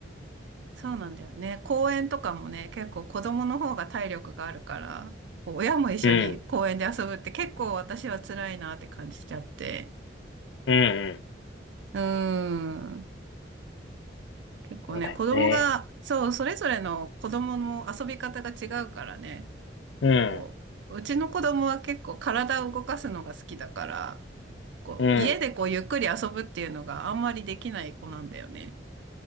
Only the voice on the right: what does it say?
そうなんだよね。公園とかもね、結構子供の方が体力があるから、こう親も一緒に公園で遊ぶって結構私は辛いなって感じちゃって。
うーん。結構ね、
子供が、そう、それぞれの子供の遊び方が違うからね、
結構、うちの子供は結構体を動かすのが好きだから、こう、
家でこうゆっくり遊ぶっていうのがあんまりできない子なんだよね。